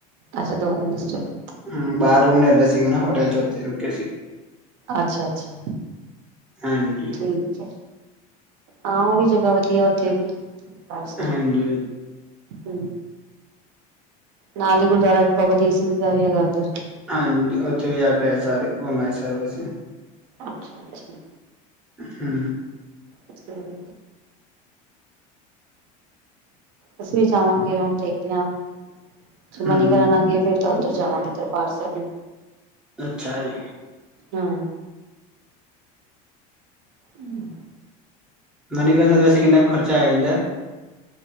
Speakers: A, on the right (about 65°); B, in the centre.
A: ਅੱਛਾ ਦੋ ਨੂੰ ਮਿਚੜ। <inaudible>
B: ਹੂੰ, ਬਾਹਰ ਰੂਮ ਲੈ ਲਿਆ ਸੀਗਾ ਨਾ, ਹੋਟਲ 'ਚ ਉੱਥੇ ਰੁਕ ਗਏ ਸੀ।
A: ਅੱਛਾ -ਅੱਛਾ
B: ਹਾਂਜੀ।
A: ਠੀਕ ਹੈ। ਹਾਂ, ਉਹ ਵੀ ਜਗਾ ਵਧੀਆ, ਉੱਥੇ ਵੀ ਬੱਸ ਸਟੈਂਡ।
B: ਹਾਂਜੀ
A: ਹੂੰ, ਨਾਲ ਹੀ ਗੁਰਦੁਆਰਾ ਵੀ ਬਾਬਾ ਦੀਪ ਸਿੰਘ ਜੀ ਦਾ ਵੀ, ਹੈਗਾ ਉੱਥੇ।
B: ਹਾਂਜੀ, ਉੱਥੇ ਵੀ ਜਾ ਕੇ ਆਏ, ਸਾਰੇ ਘੁੰਮ ਆਏ ਸਾਰੇ ਪਾਸੇ।
A: ਅੱਛਾ ਅੱਛਾ।
B: ਹੂੰ।
A: ਅੱਛਾ, ਜੀ। ਅਸੀਂ ਵੀ ਜਾਵਾਂਗੇ, ਹੁਣ ਦੇਖਦੇ ਹਾਂ ਜੇ ਮਨੀਕਰਨ,
B: ਹੂੰ
A: ਨਾ ਗਏ ਫੇਰ। ਫੇਰ, ਉੱਧਰ ਜਾਵਾਂਗੇ, ਦਰਬਾਰ ਸਾਹਿਬ ਵੀ।
B: ਅੱਛਾ ਜੀ।
A: ਹੂੰ। ਹੂੰ। <inaudible>
B: ਮਨੀਕਰਨ ਦਾ ਵੈਸੇ, ਕਿੰਨਾ ਕੁ ਖਰਚਾ ਆ ਜਾਂਦਾ।